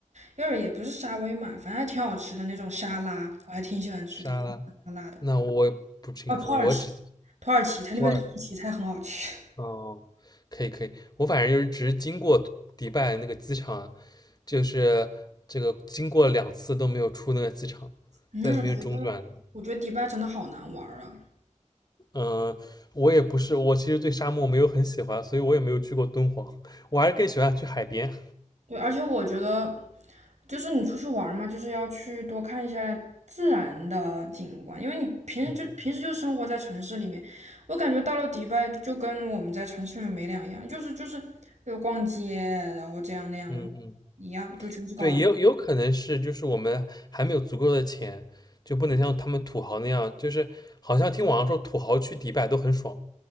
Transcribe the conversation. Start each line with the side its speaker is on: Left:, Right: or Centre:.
Right: 就是也不是沙威玛，反正还挺好吃的那种沙拉，我还挺喜欢吃的，
Left: 沙拉？
Right: 酸辣的。
Left: 那我也不清楚，
Right: 哦，土耳其。
Left: 我只
Right: 土耳其，它那边土耳其菜很好吃。
Left: 土耳哦，可以可以，我反正就是只是经过迪拜那个机场啊，就是这个经过两次都没有出那个机场，
Right: 嗯，
Left: 在那边中转的。
Right: <laughs> 我觉得我觉得迪拜真的好难玩儿啊。
Left: 嗯，我也不是，我其实对沙漠没有很喜欢，所以我也没有去过敦煌，我还是更喜欢去海边。
Right: 对，而且我觉得就是你出去玩儿嘛，就是要去多看一下自然的景观，因为你平时就平时就生活在城市里面，
Left: 嗯
Right: 我感觉到了迪拜就跟我们在城市里面没两样，就是就是就逛街，然后这样那样的一样，
Left: 嗯嗯。
Right: 就全是高，
Left: 对，也有也有可能是，就是我们还没有足够的钱，就不能像他们土豪那样，就是好像听网上说土豪去迪拜都很爽，